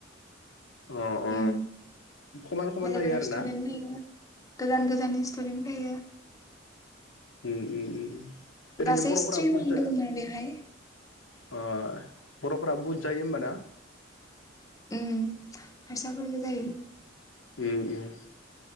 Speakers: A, on the left; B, on the left.
A: अ अ
B: उम
A: खमान खमान
B: बेलेग
A: जायो
B: बेलेग
A: आरोना
B: स्टुदेन्ट फैयो गोजान गोजाननि स्टुदेन्ट फैयो।
A: उम उम उम। ओरैनो
B: गासै
A: बर'फोरा
B: स्ट्रिम
A: बुथजा
B: दंमोन बेवहाय
A: ओह। बर'फोरा बुदजायो होमबाना?
B: उम। हारसाफोरबो जायो।
A: उम उम